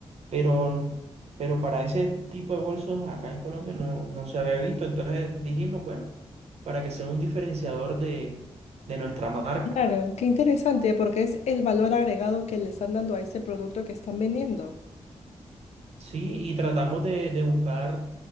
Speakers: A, on the right; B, on the left.
A: pero, pero para ese tipo de bolsos acá en Colombia no, no se había visto. Entonces dijimos, bueno, para que sea un diferenciador de, de nuestra marca.
B: Claro, qué interesante, porque es el valor agregado que le están dando a ese producto que están vendiendo.
A: Sí, y tratamos de, de buscar